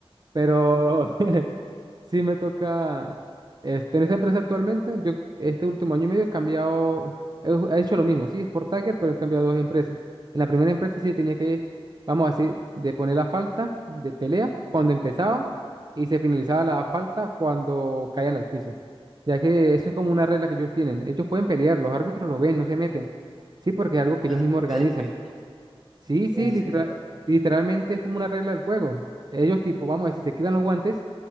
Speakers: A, on the right; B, in the centre.
A: Pero <laughs> sí me toca, este, en esta empresa actualmente, yo este último año y medio he cambiado, he, he hecho lo mismo, sí, es por Tagger, pero he cambiado dos empresas. En la primera empresa sí tenía que, vamos a decir, de poner la falta de pelea cuando empezaba y se finalizaba la falta cuando caían al piso, ya que eso es como una regla que ellos tienen. Ellos pueden pelear, los árbitros lo ven, no se meten, sí, porque es
B: Y-
A: algo que ellos
B: ah,
A: mismos
B: se
A: organizan.
B: pueden pelear.
A: Sí, sí,
B: En
A: literal-
B: serio.
A: literalmente es como una regla del juego. Ellos tipo, vamos a decir, se quitan los guantes.